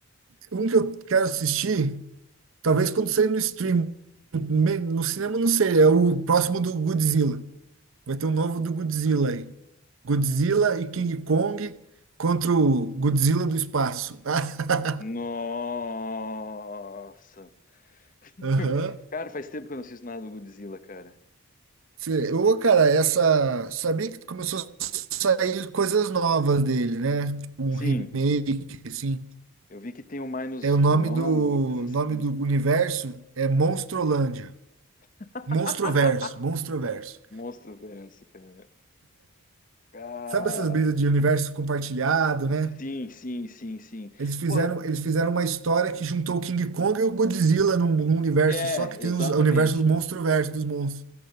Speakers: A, on the right; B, on the left.
A: Um que eu quero assistir, talvez quando sair no stream, me- no cinema não sei, é o próximo do Godzilla. Vai ter um novo do Godzilla aí. Godzilla e King Kong contra o Godzilla do espaço. <laughs>
B: Nossa. <laughs>
A: Aham.
B: Cara, faz tempo que eu não assisto nada do Godzilla, cara.
A: Cê- Ô, cara, essa. Sabia que começou a sair coisas novas dele, né? Tipo um
B: Sim,
A: remake, assim.
B: eu vi que tem o Minus
A: É o nome
B: One,
A: do
B: alguma coisa assim.
A: nome do universo é Monstrolândia.
B: <laughs>
A: Monstroverso, Monstroverso.
B: Monstro Verso, cara. Cara,
A: Sabe essas brisas de universo compartilhado, né?
B: sim, sim, sim, sim.
A: Eles fizeram,
B: Pô,
A: eles fizeram uma história que juntou o King Kong e o Godzilla num, num universo
B: É,
A: só que tem
B: exatamente.
A: os, o universo dos Monstroverso, dos monstros.